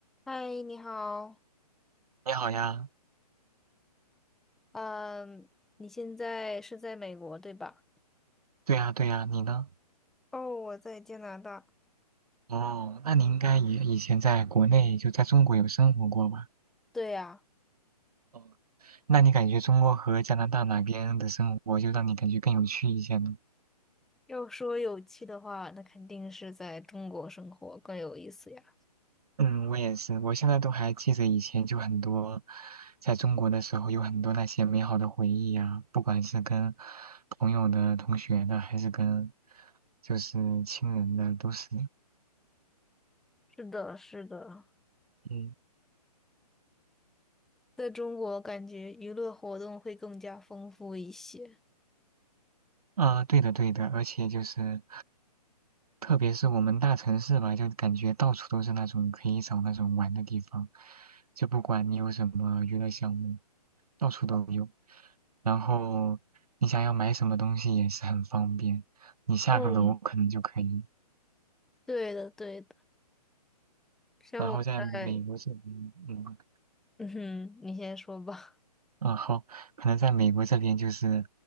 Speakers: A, in the centre; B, on the right.
A: 嗨，你好，
B: 你好呀，
A: 嗯，你现在是在美国对吧？
B: 对呀，对呀，你呢？
A: 哦，我在加拿大。
B: 哦，那你应该也以前在国内，就在中国有生活过吧？
A: 对呀，
B: 哦那你感觉中国和加拿大哪边的生活就让你感觉更有趣一些呢？
A: 要说有趣的话，那肯定是在中国生活更有意思呀。
B: 嗯，我也是，我现在都还记得以前就很多，在中国的时候有很多那些美好的回忆呀，不管是跟朋友的、同学的，还是跟就是亲人的，都是。
A: 是的，是的，
B: 嗯
A: 在中国感觉娱乐活动会更加丰富一些。
B: 啊，对的对的，而且就是，特别是我们大城市吧，就感觉到处都是那种可以找那种玩的地方，就不管你有什么娱乐项目，到处都有。然后你想要买什么东西也是很方便，你下个楼可能就可以。
A: 哦，对的，对的，像我在
B: 然后在美国这边，嗯。
A: <laughs>，嗯哼，你先说吧。
B: 啊，好，可能在美国这边就是